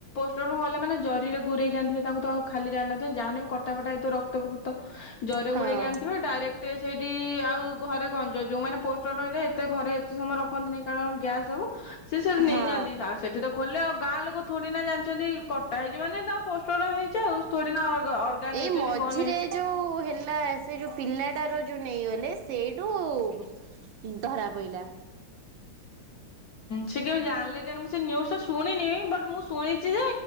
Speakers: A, on the left (about 60°); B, on the right (about 70°).
A: କଣ ଗଲେମାନେ ଜରିରେ ଗୋଡେଇକି ଆଣିଥିବ, ତାଙ୍କୁ ତ ଆଉ ଖାଲିରେ ଆଣିିନଥିବେ ତାହାହେଲେ କଟାଫଟା ଏଇତ ରକ୍ତ ଫକ୍ତ ଜରିରେ
B: ହଁ
A: ଗୁଡ଼େଇକି ଆଣିଥିବେ ଡାଇରେକ୍ଟ ସେଇଠି ଆଉ ଘରେ ଗଞ୍ଜ ଯୋଉ ମାନେ ପୋଷ୍ଟମର୍ଟମ ହେଇଥିବ, ଏତେ ଘରେ ଏତେ ସମୟ ରଖନ୍ତିନି କାରଣ ଗ୍ୟାସ୍ ହବ ସି ନେଇ
B: ହଁ।
A: ଆଉ ସେଠି ତ ଖୋଲେ ଆଉ ଗାଁ ଲୋକ ଥୋଡିନା ଜାଣିଛନ୍ତି। କଟା ହେଇଛି ମାନେ ତା ପୋଷ୍ଟମର୍ଟମ ହେଇଛି, ଆଉ ଥୋଡିନା ଅର୍ଗାନ୍
B: ଏଇ
A: ନେଇଛନ୍ତି
B: ମଝିରେ
A: କଣ ନେଇଛନ୍ତି
B: ଯୋଉ ହେଲା ସେ ଯୋଉ ପିଲାଟାର ଯୋଉ ନେଇଗଲେ ସେଇଠୁ ଧରା ପଡ଼ଲା।
A: ସେ କେମିତି ଜାଣିଲେ କେମିତି ମୁଁ ସେ ନ୍ୟୁଜ୍ ଟା ଶୁଣିନି ବଟ୍ ମୁଁ ଶୁଣି